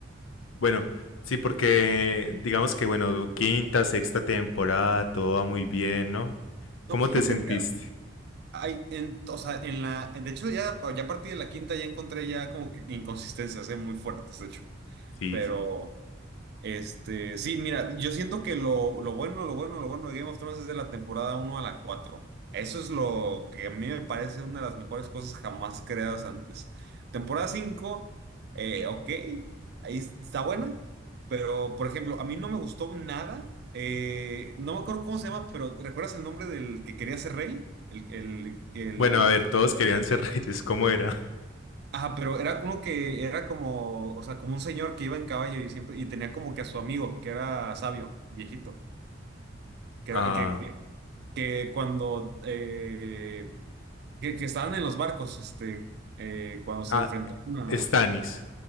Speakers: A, on the left (about 85°); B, on the right (about 55°).
A: Bueno, sí, porque digamos que, bueno, quinta, sexta temporada, todo va muy bien, ¿no? ¿Cómo
B: No, fíjate
A: te sentiste?
B: que hay, en, o sea, en la, de hecho, ya, ya a partir de la quinta ya encontré ya como que inconsistencias, ¿eh? Muy fuertes, de hecho.
A: Sí,
B: Pero...
A: sí.
B: Este, sí, mira, yo siento que lo, lo bueno, lo bueno, lo bueno de Game of Thrones es de la temporada uno a la cuatro Eso es lo que a mí me parece una de las mejores cosas jamás creadas antes. Temporada cinco eh, ok, ahí está buena, pero por ejemplo, a mí no me gustó nada. eh, no me acuerdo cómo se llama, pero ¿recuerdas el nombre del que quería ser rey? El, el, el,
A: Bueno, a ver, todos querían ser <laughs> reyes, ¿cómo era?
B: Ajá, pero era como que, era como, o sea, como un señor que iba en caballo y siempre, y tenía como que a su amigo, que era sabio, viejito, que
A: Ah,
B: era, que, que, que cuando, eh, que, que estaban en los barcos, este, eh, cuando se
A: ah,
B: enfrentaron a
A: Stannis.